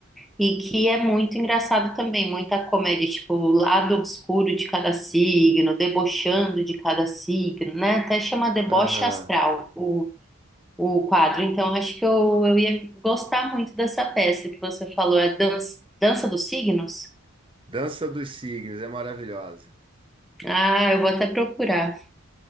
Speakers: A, in the centre; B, on the right.
A: e que é muito engraçado também, muita comédia, tipo, o lado obscuro de cada signo, debochando de cada signo, né? Até chama deboche
B: aham.
A: astral o, o quadro. Então, acho que eu, eu ia gostar muito dessa peça que você falou, é dança, dança dos signos?
B: Dança dos signos é maravilhosa.
A: Ah, eu vou até procurar.